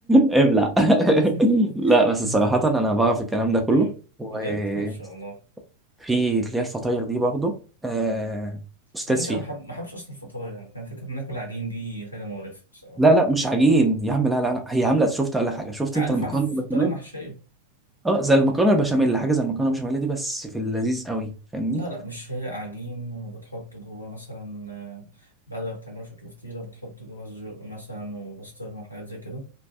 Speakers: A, in the centre; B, on the left.
A: ابلع
B: <laughs>
A: لا بس صراحة أنا بعرف الكلام ده كله
B: مم.
A: وفي
B: بجد ما شاء الله
A: اللي هي الفطاير دي برضه آه، أستاذ
B: على فكره
A: فيها
B: بحب ما بحبش اصلا الفطاير يعني فاهم؟ فكره ان اكل عجين دي حاجه مقرفه بصراحه
A: لا لا مش عجين يا عم لا لا لا هي عاملة شفت أقول لك حاجة شفت
B: عارف
A: أنت المكرونة
B: عارف
A: البشاميل
B: فطيره محشيه
A: أه زي المكرونة البشاميل حاجة زي المكرونة البشاميل دي بس في اللذيذ قوي فاهمني
B: لا لا مش هي عجين وبتحط جواه مثلا آه، بعد ما بتعمله شكل فطيره بتحط جواه سجق مثلا وبسطرمه وحاجات زي كده